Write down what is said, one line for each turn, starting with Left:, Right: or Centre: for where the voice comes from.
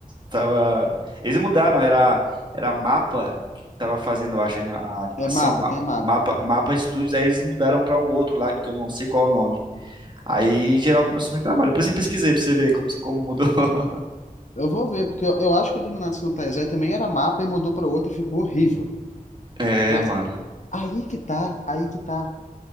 Right: tava... Eles mudaram, era, era mapa que tava fazendo, eu acho, a anima- a animação,
Left: É mapa,
Right: ma-
Left: tem a mapa.
Right: mapa, mapa Studios, aí eles mudaram pra um outro lá, que eu não sei qual é o nome. Aí geral começou a reclamar. Depois eu pesquisei pra você ver como, como mudou. <laughs>
Left: Eu vou ver, porque eu, eu acho que o do Nanatsu no Taizai também era mapa e mudou pra outra e ficou horrível.
Right: É,
Left: Mas
Right: mano.
Left: aí que tá, aí que tá.